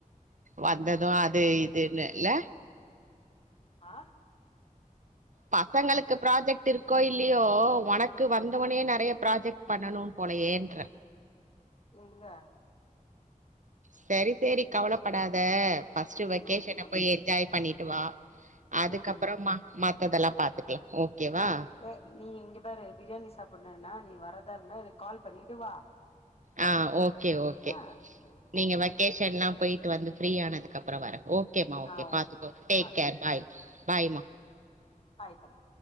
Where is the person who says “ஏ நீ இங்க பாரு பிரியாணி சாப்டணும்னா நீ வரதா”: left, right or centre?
Left